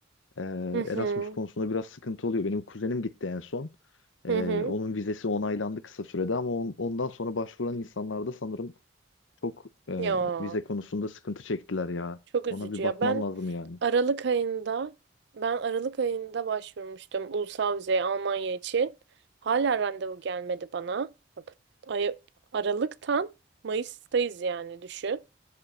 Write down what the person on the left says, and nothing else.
Ee,
Erasmus konusunda biraz sıkıntı oluyor. Benim kuzenim gitti en son. Ee,
onun vizesi onaylandı kısa sürede ama on- ondan sonra başvuran insanlar da sanırım çok e,
vize konusunda sıkıntı çektiler ya.
Ona bir
bakman
lazım yani.